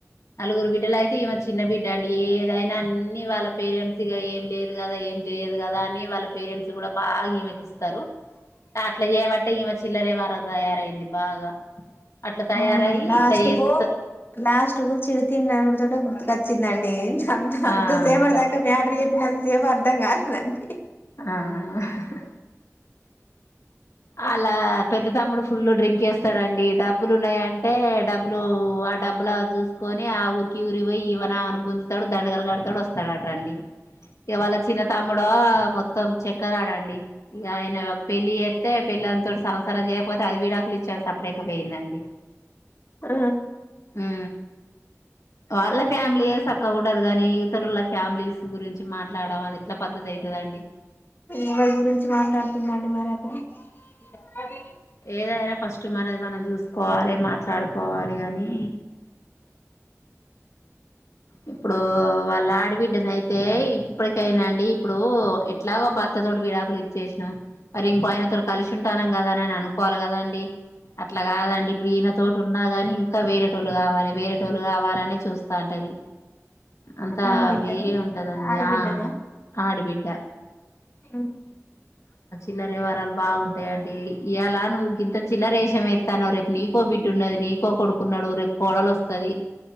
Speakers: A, on the left; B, on the left.
A: నలుగురు బిడ్డలు అయితే ఈమే చిన్న బిడ్డ అండి ఏదైనా అన్ని వాళ్ళ పేరెంట్స్ ఇగ ఏం లేదు కదా ఏం చెయ్యదు కదా అని వాళ్ళ పేరెంట్స్ కూడా బాగా ఈమకిస్త స్తారు అట్లా చేబట్టే ఈమె చిల్లరే యవారలు తయారైంది బాగా అట్లా తయారయ్యి
B: అవును లాస్ట్
A: ఇట్లా చేస్త
B: కు లాస్ట్ కు చిరు తిండి అడుగుడు తోటే గుర్తుకొచ్చిందండి అన్త్ అంత
A: ఆ
B: సేపాటి
A: గట్లా
B: దాకా మ్యాటర్ చెప్పినంత సేపు అర్ధం కాలే అడి
A: ఆ హ హ వాళ్ల పెద్ద తమ్ముడు ఫుల్లు డ్రింక్ వేస్తాడండి డబ్బులు ఉన్నాయాన్ ఏ డబ్బులు ఆ డబ్బుల చూస్తే కొని ఆ ఊరికి ఈ ఊరికి పోయి ఈమే ను ఆమె ను గుంజతాడు దండగలు కడతాడు వస్తాడుటండి వాళ చిన్న త అ మొత్తం చెక్కగాడండి ఇక ఆయన పెళ్లి చేతే పెళ్ళాం తోటి సంసారం చేయకపోతే అది విడాకులు ఇచ్చి సపరేటు పోయిందండి డి
B: ఆ
A: ఉ వాళ్ళ ఫ్యామిలీయే సక్క గా ఉండదు కాని ఇవ్వుతాలోళ్ల ఫ్యామిలీస్ గురించి మాట్లాడడం అది ఎట్లా పద్ధతి అయితదండి
B: ఎవరి గురించి మాట్లాడుతుందండి మరి అది అది
A: ఏదైనా ఫస్ట్ మనది మనం చూసుకోవాలి మాట్లాడుకోవాలి కానీ ఇప్పుడు వాళ్ళ ఆడబిడ్డనయితే ఇప్పటికైనా అండి ఇప్పుడు ఎట్లాగో భర్త తోటి విడాకులు ఇచ్చేసినం మరి ఇంకో ఆయనతో కలిసి ఉంటానం కదా అని అయన అనుకోవాలి కదాండి అట్లా కాదండి ఇప్పుడు ఈయన తోటి ఉన్నా గాని ఇంకా వేరేటోళ్ళు కావాలి వేరేటోళ్లు కావాలనే చూస్తా ఉంటది అంతా
B: ఆడబిడ్డనా
A: వేరే ఉంటదండి
B: ఆడబిడ్డనా
A: ఆ ఆడిబిడ్డ
B: ఉ
A: చిల్లర వ్యవహారాలు బాగుంటయండి ఇయల నువ్వు గింత చిల్లరేషం ఎత్తన్నావ్ రేపు నీ కో బిడ్డ ఉన్నది నీకో కొడుకున్నాడు రేపు కోడలు వస్తది